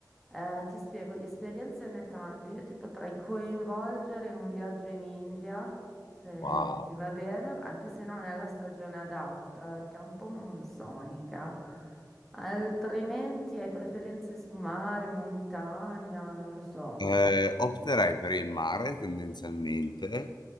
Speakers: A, in the centre; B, on the left (about 85°).
A: eh, ti spiego, di esperienze ne tante. Io ti potrei coinvolgere in un viaggio in India, se
B: Wow.
A: ti va bene, anche se non è la stagione adatta, perché è un po' monsonica. Altrimenti hai preferenze su mare, montagna, non lo so.
B: Eh, opterei per il mare tendenzialmente,